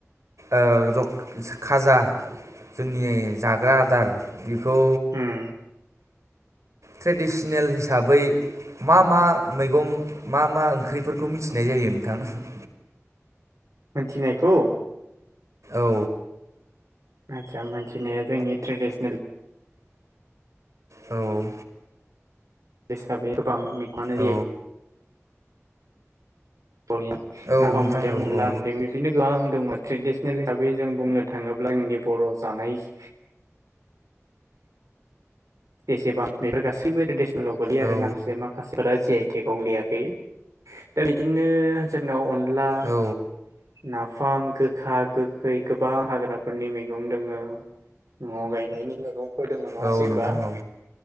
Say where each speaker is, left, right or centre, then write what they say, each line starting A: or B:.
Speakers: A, on the right; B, on the right.
A: ओ रख खाजा जोंनि जाग्रा आ दार बिफ खौ
B: उम
A: ट्रेडिसनेल हिसाबै मा मा मैगं मा मा ओंख्रिफोरखौ मिथिनाय जायो नोंथां?
B: मोनथिनायखौ?
A: औ
B: आथसा मोनथिनाया जोंनि ट्रेडिसनेल।
A: औ।
B: हिसाबै बां मेगंआनो
A: औ
B: दे थ'नि
A: औ
B: नाफाम
A: नोंथां
B: मोन्दों
A: औ
B: अनला
A: औ
B: मोन्दों बिब्दिनो गोबां दं ट्रेडिसनेल हिसाबै जों बुंनो थाङोब्ला जोंनि बर' जानायस जेसेबां बेफोर गासैबो लाव गोलैयो
A: औ
B: आरो माखासे माखासेफोरा जे आइ टेगआव गोलैयाखै। दा बिदिनो जोंनाव ला
A: औ
B: नाफाम गोखा गोखै गोबां हाग्राफोरनि मैगं दोङो न'आव गायनायनि मैगं फोदोंमोन नङासै
A: औ
B: होमबा?
A: नोंथां औ